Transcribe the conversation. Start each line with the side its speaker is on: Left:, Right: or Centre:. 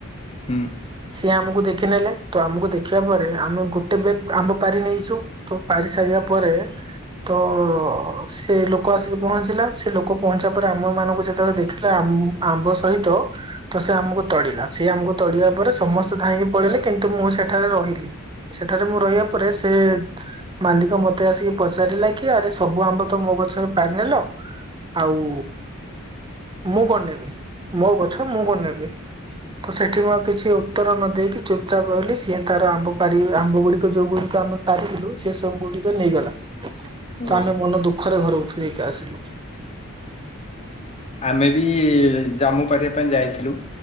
Left: ହୁଁ।
Right: ସିଏ ଆମକୁ ଦେଖିନେଲେ ତ ଆମକୁ ଦେଖିବା ପରେ ଆମେ ଗୋଟେ ବେଗ ଆମ୍ବ ପାରି ନେଇଛୁ। ତ ପାରି ସାରିବା ପରେ ତ ସେ ଲୋକ ଆସିକି ପହଞ୍ଚିଲା ସେ ଲୋକ ପହଞ୍ଚିବା ପରେ ଆମମାନଙ୍କୁ ଯେତେବେଳେ ଦେଖିଲା ଆମ୍ବ ସହିତ ତ ସେ ଆମକୁ ତଡିଲା ସେ ଆମକୁ ତଡିବା ପରେ ସମସ୍ତେ ଧାଇଁକି ପଳେଇଲେେ କିନ୍ତୁ ମୁଁ ସେଠାରେ ରହିଲି। ସେଠାରେ ମୁଁ ରହିବା ପରେ ସେ ମାଲିକ ମତେ ଆସିକି ପଚାରିଲା କି ଆରେ ସବୁ ଆମ୍ବ ତ ମୋ ଗଛର ପାଣି ନେଲ ଆଉ ମୁଁ କଣ ନେବି ମୋ ଗଛ ମୁଁ କଣ ନେବି। ତ ସେଠି ମୁଁ ଆଉ କିଛି ଉତ୍ତର ନ ଦେଇେଇକି ଚୁପଚାପ ରହିଲି ସିଏ ତାର ଆମ୍ବପାରି ଆମ୍ବ ଗୁଡିକ ଯୋଉ ଗୁଡିକ ଆମ ପାରିଥିଲୁ ସେ ସବୁ ଗୁଡିକ ନେଇଗଲା ତ
Left: ଓହୋ
Right: ଆମେ ମନ ଦୁଃଖରେ ଘରେକୁ ଫେରିକି ଆସିଲୁ।
Left: ଆମେ ବି ଜାମ୍ମୁ ପାରିବା ପାଇଁ ଯାଇଥିଲୁ।